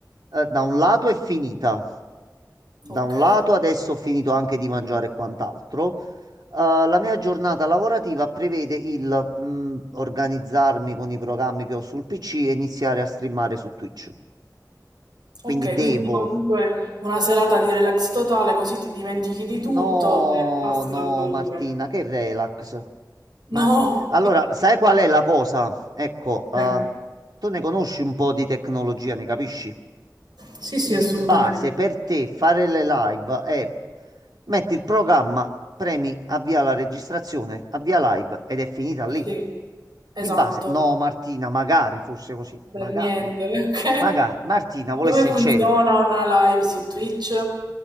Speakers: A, on the right (about 70°); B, on the right (about 85°).
A: eh, da un lato è finita. Da
B: Ok,
A: un lato, adesso ho finito anche di mangiare e quant'altro. Eh, la mia giornata lavorativa prevede il mm, organizzarmi con i programmi che ho sul PC e iniziare a streamare su Twitch.
B: ok,
A: Quindi devo.
B: quindi comunque una serata di relax totale, così ti dimentichi di tutto
A: No,
B: e passa
A: no,
B: la paura.
A: Martina, che relax. Ma
B: No!
A: allora, sai qual è la cosa? Ecco, eh,
B: Eh,
A: tu ne conosci un po' di tecnologia, ne capisci?
B: sì, sì,
A: Di
B: assolutamente.
A: base per te fare le live è metti il programma, premi avvia la registrazione, avvia live ed è finita lì.
B: Sì, esatto,
A: Di base, no Martina, magari fosse così,
B: per
A: magari,
B: niente, <laughs> ok?
A: magari Martina volesse
B: Come funziona
A: il cielo.
B: una live su Twitch?